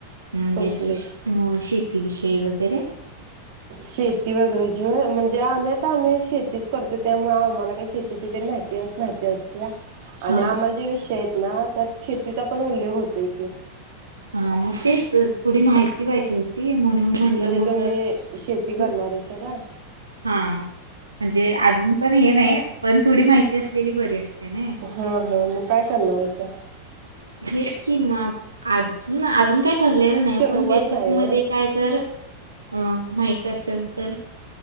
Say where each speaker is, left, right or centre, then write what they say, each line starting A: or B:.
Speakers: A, on the right (about 80°); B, on the right (about 50°).
A: <unintelligible>
B: कसली
A: ते विषय वैगरे?
B: शेती वगैरे ची होय म्हंजे आम्ही, तं आम्ही शेतीच करतोय त्यामुळे आम्हाला ते काय शेतीची माहिती, माहिती असतंय हा. आणि
A: हा
B: आम्हाला जे विषय दिलेत नाव त्यात शेतीचा पन उल्लेख होतोय कीं.
A: हा, मग तेच थोडी माहिती पाहिजे होती. म्हणून म्हणलं
B: म्हणजे
A: मग
B: तुम्ही शेती करणार
A: तू
B: हायसा काय?
A: हा, म्हणजे अजून पन हे नाही. पन थोडी माहिती असलेली बरी असतय नाई?
B: हा हा मग काय करणार आहेसा?
A: हेच कीं मापं. अजून अजून काय ठरलेलं नाही
B: सर्वात
A: पण बेसिक
B: नाही होय
A: मध्ये काय जर अ माहित असेल तर